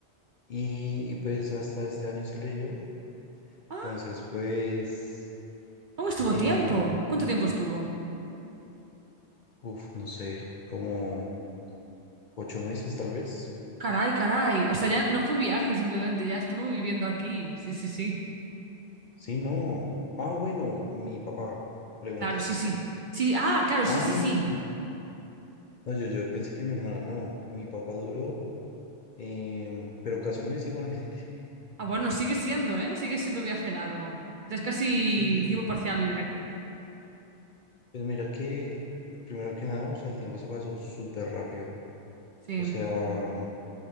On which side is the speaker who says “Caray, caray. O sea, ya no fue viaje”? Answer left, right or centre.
Right